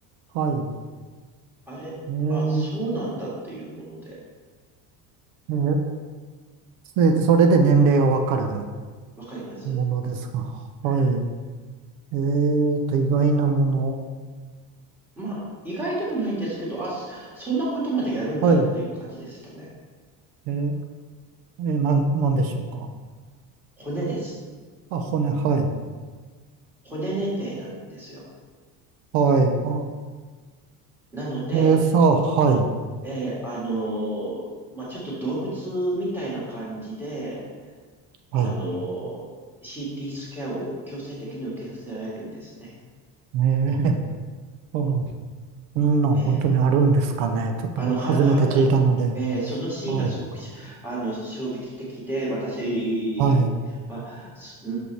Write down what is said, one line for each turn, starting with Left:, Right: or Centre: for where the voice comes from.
Right: はい。
Centre: あれ、
Right: ええ、
Centre: あ、そうなんだっていうもので、
Right: ええ、それでそれで年齢がわかる
Centre: わかります。
Right: ものですが、
Centre: はい。
Right: はい。ええと、意外なもの。
Centre: まあ、意外でもないんですけど、あ、そそんなことまでやるんだっていう感じでしたね。
Right: はい。ええ、ええなん、なんでしょうか。
Centre: 骨です。
Right: あ、骨、はい。
Centre: 骨年齢なんですよ。
Right: はい。あ、
Centre: なので、
Right: ええ、さあ、はい。
Centre: えーあのーまあちょっと動物みたいな感じで、あのー
Right: はい。
Centre: CT スキャンを強制的に受けさせられるんですね。
Right: ええ、<laughs> うんそんなん本当にあるんですかね。
Centre: えー
Right: ちょっと初めて聞いたので。
Centre: あの、は、犯罪、えーそのシーンがすごくし、
Right: はい。
Centre: あの、衝撃的で、私は、
Right: はい。
Centre: すう